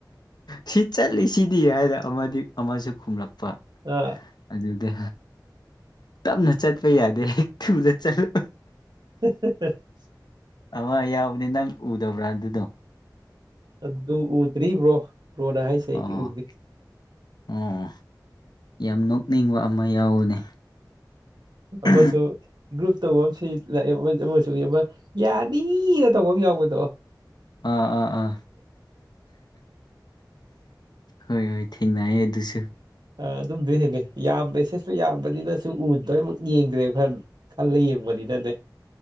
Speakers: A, on the left; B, on the right.
A: ꯁꯤ ꯆꯠꯂꯤꯁꯤꯗꯤ ꯍꯥꯏꯔ ꯑꯃꯗꯤ ꯑꯃꯁꯨ ꯈꯨꯝꯂꯛꯄ
B: ꯑꯥ
A: ꯑꯗꯨꯗꯤ ꯇꯞꯅ ꯆꯠꯄ ꯌꯥꯗꯦ ꯊꯨꯅ ꯆꯠꯂꯨ
B: <unintelligible>
A: ꯑꯃ ꯌꯥꯎꯕꯅꯦ ꯅꯪ ꯎꯗꯕ꯭ꯔ ꯑꯗꯨꯗꯣ
B: ꯑꯗꯨ ꯎꯗ꯭ꯔꯤꯕ꯭ꯔꯣ ꯕ꯭ꯔꯣꯅ ꯍꯥꯏꯁꯦ
A: ꯑꯣ
B: ꯎꯒꯦ
A: ꯑꯣ ꯌꯥꯝ ꯅꯣꯛꯅꯤꯡꯕ ꯑꯃ ꯌꯥꯎꯕꯅꯦ ꯑꯥ
B: ꯕꯁꯨ ꯒ꯭ꯔꯨꯞ ꯇꯧꯕ ꯑꯃ ꯂꯥꯛꯑꯦ ꯑꯃꯁꯨꯏ ꯑꯃ ꯌꯥꯅꯤꯅ ꯇꯧꯕ ꯑꯃ ꯌꯥꯎꯕ
A: ꯑꯥ ꯑꯥ ꯑꯥ ꯍꯣꯏ ꯍꯣꯏ ꯊꯦꯡꯅꯑꯌꯦ ꯑꯗꯨꯁꯨ
B: ꯑꯗꯨꯝꯗꯤ ꯍꯦꯟꯒꯦ ꯌꯥꯝꯕꯁꯦ ꯁꯨ ꯌꯥꯝꯕꯅꯤꯅꯁꯨ ꯎ ꯂꯣꯏꯅꯃꯛ ꯌꯦꯡꯗ꯭ꯔꯦꯕ ꯈꯔ ꯈꯜꯂ ꯌꯦꯡꯕꯅꯤꯅꯅꯦ